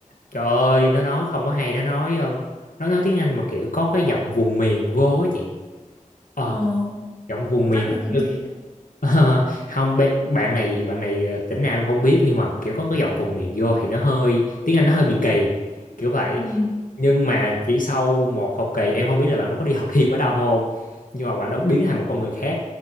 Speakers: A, on the left (about 75°); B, on the left (about 30°).
A: trời ơi nó nói không có hay nó nói um, nó nói tiếng Anh mà kiểu có cái giọng vùng miền vô á chị ờ
B: ờ.
A: giọng vùng miền
B: chắc là giống chị ạ
A: <laughs> Ờ, không bé- bạn này bạn này ờ, tỉnh nào em không biết nhưng mà kiểu có cái giọng vùng miền vô thì nó hơi tiếng Anh nó hơi bị kỳ kiểu vậy
B: ừ
A: nhưng mà chỉ sau một học kỳ em không biết là bạn đó có đi học thêm ở đâu không nhưng mà bạn đó biến thành một con người khác